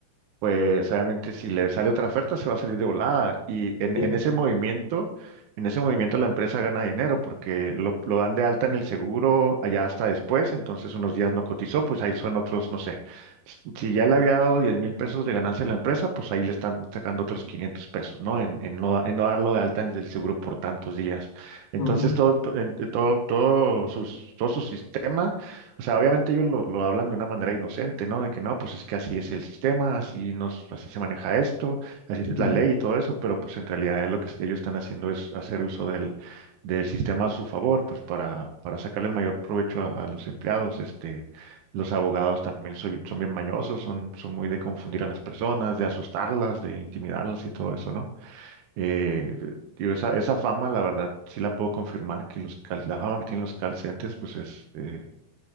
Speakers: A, on the right; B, on the left.
A: pues obviamente si le sale otra oferta se va a salir de volada. Y en,
B: sí.
A: en ese movimiento, en ese movimiento la empresa gana dinero porque lo, lo dan de alta en el seguro allá hasta después, entonces unos días no cotizó, pues ahí son otros, no sé. S- Si ya le había dado diez mil pesos de ganancia a la empresa, pues ahí le están sacando otros 500 pesos, ¿no? En, en no, da- en no darlo de alta en el seguro por tantos días. Entonces
B: Ujú,
A: todo, to- en- eh, todo, todo sus, todo su sistema. O sea, obviamente ellos lo, lo hablan de una manera inocente, ¿no? De que no, pues es que así es el sistema, así nos, así se maneja esto, así es
B: ujú.
A: la ley y todo eso, pero pues en realidad es lo que ellos están haciendo es hacer uso del, del sistema a su favor, pues para, para sacarle el mayor provecho a, a los empleados. Este, los abogados también soy- son bien mañosos, son, son muy de confundir a las personas, de asustarlas, de intimidarlas y todo eso, ¿no? Eh, digo, esa, esa fama, la verdad, sí la puedo confirmar, que los, call- la fama que tienen los call centers, pues es... eh,